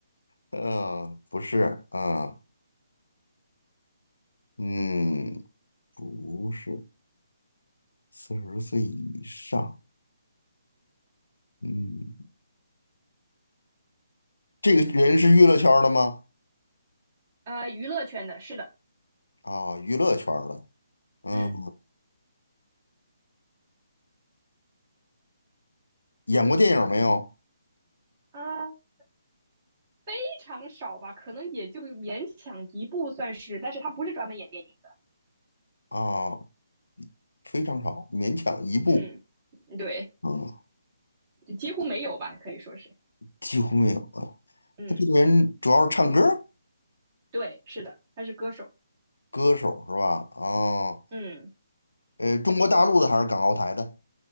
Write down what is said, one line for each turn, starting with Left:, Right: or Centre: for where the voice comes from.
Left: 呃，不是，啊，嗯，不是，四十岁以上，嗯，这个人是娱乐圈儿的吗？
Right: 呃，娱乐圈的，是的，
Left: 啊，娱乐圈儿的，嗯，
Right: 嗯，
Left: 演过电影没有？
Right: 啊、非常少吧，可能也就勉强一部算是，但是他不是专门演电影的，
Left: 啊，非常少，勉强一部，
Right: 嗯，对，
Left: 嗯，
Right: 几乎没有吧，可以说是，
Left: 几乎没有啊。
Right: 嗯，
Left: 他这个人主要是唱歌儿
Right: 对，是的，他是歌手，
Left: 歌手是吧？啊，
Right: 嗯，
Left: 呃，中国大陆的还是港澳台的？